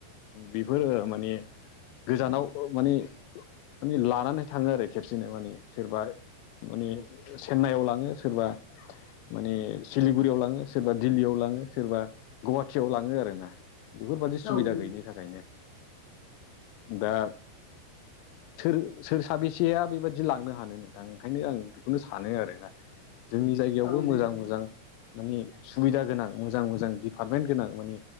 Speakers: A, on the left; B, on the left.
A: बेफोर ओ माने गोजानाव ओ माने माने लानानै थाङो आरो खेबसेनो माने सोरबा आरो माने चेन्नाइयाव लाङो सोरबा माने सिलिगुरियाव लाङो सोरबा दिल्ललियाव लाङो सोरबा गुहाटथियाव लाङो आरो ना बेफोरबादि सुबिदा
B: औ नोंथां
A: गैयिनि थाखायनो। दा सोर साबेसेया बेबादि लांनो हानो नोंथां, ! ओंखायनो आङो बेखौनो सानो आरोना जोंनि जायगायावबो
B: औ नोंथां
A: मोजां मोजां माने सुबिदा गोनां मोजां मोजां डिपार्टमेन्ट गोनां माने